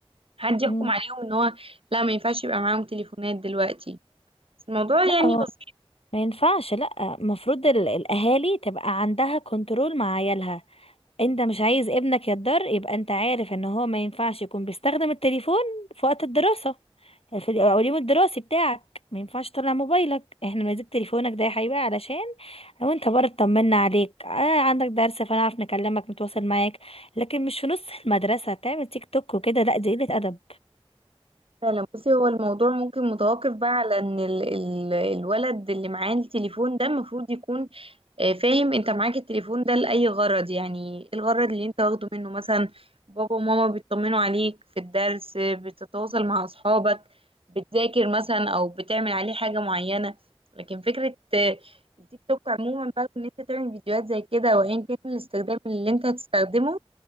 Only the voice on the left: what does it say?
مم.
لا
هو
ما ينفعش لا المفروض ال... الأهالي تبقى عندها كنترول مع عيالها انت مش عايز ابنك يتضر يبقى انت عارف ان هو ما ينفعش يكون بيستخدم التليفون في وقت الدراسة في اليوم الدراسي بتاعك ما ينفعش تطلع موبايلك احنا ماسك تليفونك ده يا حبيبي علشان لو انت بره اطمنا عليك آه عندك درس فنعرف نكلمك نتواصل معاك لكن مش في نص المدرسة تعمل تيك توك وكده لا دي قلة أدب